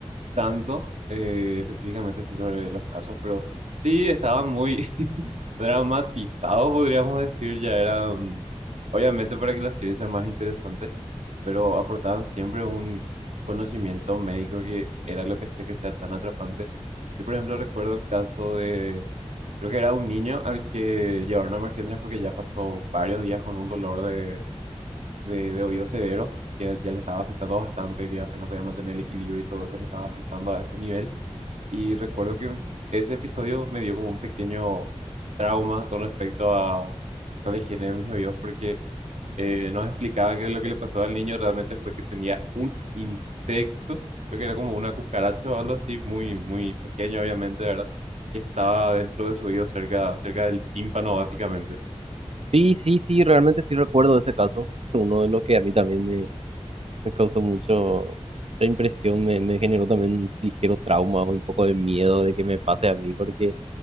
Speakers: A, on the right; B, on the right.
A: tanto eh, específicamente sí sobre los casos, pero sí estaban muy <laughs> dramatizados, podríamos decir, ya eran, obviamente para que la serie sea más interesante, pero aportaban siempre un conocimiento médico que era lo que hacía que sea tan atrapante. Yo, por ejemplo, recuerdo el caso de, creo que era un niño al que llevaron a emergencias porque ya pasó varios días con un dolor de, de, de oído severo, que ya le estaba afectando bastante, que apenas podía mantener el equilibrio y todo eso le estaba afectando a ese nivel. Y recuerdo que ese episodio me dio como un pequeño trauma con respecto a, a la higiene de mis oídos, porque eh, nos explicaban que lo que le pasó al niño realmente fue que tenía un insecto, creo que era como una cucaracha o algo así, muy, muy pequeño, obviamente, ¿verdad? Que estaba dentro de su oído, cerca, cerca del tímpano, básicamente.
B: Sí, sí, sí, realmente sí recuerdo ese caso, <laughs> uno de los que a mí también me, me causó mucho... La impresión me, me generó también un ligero trauma o un poco de miedo de que me pase a mí porque,